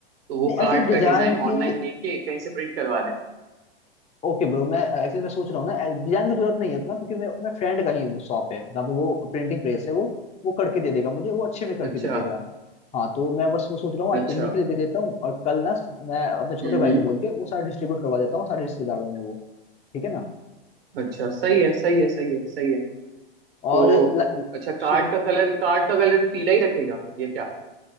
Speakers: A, on the right; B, on the left.
A: तो वो
B: नहीं
A: कार्ड
B: एक्चुअली
A: का
B: डिजाइन
A: डिजाइन
B: की
A: ऑनलाइन लेके कहीं से प्रिंट करवा ले
B: ओके ब्रो मैं एक्चुअली मैं सोच रहा हूँ ना डिजाइन की जरूरत नहीं है उतना क्योंकि मैं मैं फ्रेंड का ही वो शॉप है जहाँ पे वो प्रिंटिंग प्रेस है वो वो करके दे देगा मुझे वो अच्छे में करके
A: अच्छा
B: दे देगा हाँ तो मैं बस वो सोच रहा हूँ आज
A: अच्छा
B: प्रिंटिंग के लिए दे देता हूँ और कल ना मैं अपने छोटे
A: हम्म
B: भाई
A: हम्म
B: को बोल के वो सारा डिस्ट्रीब्यूट करवा देता हूँ सारे रिश्तेदारों में वो ठीक है ना
A: अच्छा सही है सही है सही है सही है तो
B: और ल-
A: अच्छा कार्ड
B: सुबह
A: का कलर कार्ड का कलर भी पीला ही रखेगा ये क्या